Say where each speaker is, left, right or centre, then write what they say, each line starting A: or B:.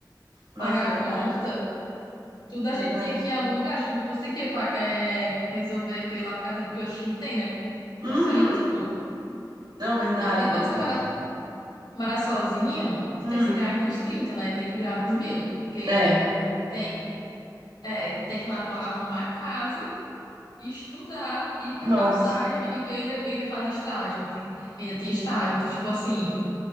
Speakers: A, on the right; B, on the left.
A: Nossa,
B: pagar
A: é verdade,
B: a conta. Tudo a
A: verdade.
B: gente tinha que ir em algum lugar, a gente não conseguia fa- é, resolver pelo aplicativo que hoje a gente tem, né?
A: Uhum.
B: Nossa, era tipo.
A: Não, verdade,
B: Não, e
A: verdade.
B: quando você mora, mora sozinho, você
A: Hum.
B: tem que se virar ainda nos trinta né? Tem que virar nos mil. Porque
A: É.
B: tem, é, tem que lavar, arrumar a casa, estudar, ir pra
A: Nossa,
B: faculdade e ainda, e ainda fazer estágio. Tem, ainda tem estágio. Então, tipo assim,